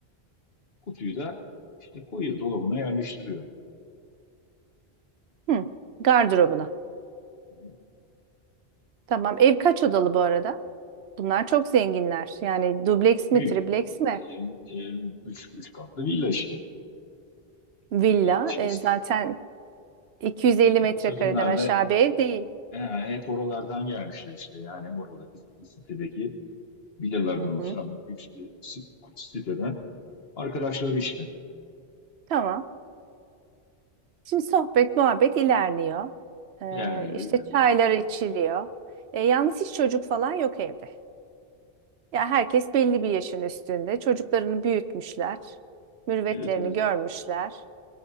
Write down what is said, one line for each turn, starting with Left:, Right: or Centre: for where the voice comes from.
Left: kutuyu da işte koyuyor dolabına yerleştiriyor.
Right: Hı, gardırobuna.
Left: Hı hı.
Right: Tamam. Ev kaç odalı bu arada? Bunlar çok zenginler. Yani dubleks
Left: E, Büyük.
Right: mi, tripleks mi?
Left: E, e, üç, üç katlı villa işte.
Right: Villa.
Left: bir şey.
Right: E, zaten 250
Left: Ya
Right: metrekareden
Left: bu kadınlar
Right: aşağı
Left: da
Right: bir ev değil.
Left: he, hep oralardan gelmişler işte yani oradaki sitedeki villalardan
Right: Hı
Left: oluşan
Right: hı.
Left: büyük bir si- siteden arkadaşları işte.
Right: Tamam. Şimdi sohbet, muhabbet ilerliyor. Ee,
Left: İlerliyor,
Right: işte
Left: ilerliyor.
Right: çaylar içiliyor. Ee, yalnız hiç çocuk falan yok evde. Ya herkes belli bir yaşın üstünde. Çocuklarını büyütmüşler. Mürüvvetlerini
Left: Evet, evet.
Right: görmüşler.